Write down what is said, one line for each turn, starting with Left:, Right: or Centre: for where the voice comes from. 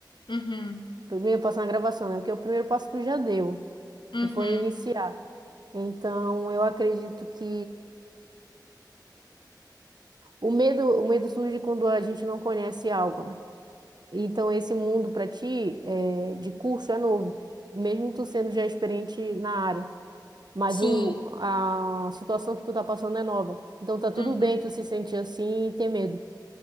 Left: Uhum,
Right: O primeiro passo na gravação, né? Porque o primeiro passo tu já deu,
Left: uhum.
Right: que foi iniciar. Então, eu acredito que o medo, o medo surge quando a gente não conhece algo, né? Então, esse mundo para ti é, de curso é novo, mesmo tu sendo já experiente na área. Mas
Left: Sim,
Right: o, a situação que tu tá passando é nova. Então tá tudo
Left: uhum.
Right: bem tu se sentir assim e ter medo.